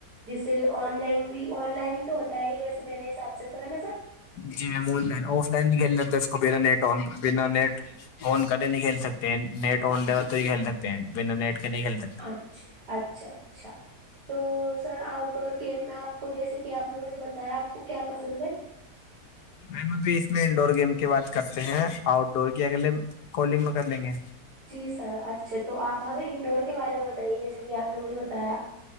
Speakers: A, on the right (about 75°); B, on the left (about 75°).
A: جیسے آن لائن بھی آن لائن ہی تو ہوتا ہے ہی ویسے میرے حساب سے تو ہے نا سر
B: جی میمن لائن آف لائن بھی کھیل لیتے اس کو بنا نیٹ آن بنا نیٹ ان ک نہیں کھیل سکتے ہیں نیٹ آن ڈ تو ہی کھیل سکتے ہیں بنا نیٹ کا نہیں کھیل ستے
A: اچھا اچھا اچھا تو سر آ ا ڈور گیم میں آپ کو جیسے کہ آپ نے مجھے بتایا آپ کو کیا پسند ہے
B: میم ابھی اس میں انڈور گیم کی بات کرتے ہیں آؤٹ ڈور کی اگلے کالنگ میں کر لیں گے
A: جی سر اچھا تو آپ ہمیں انڈور کے بارے میں بتائیے جیسے کہ آپ نے مجھے بتایا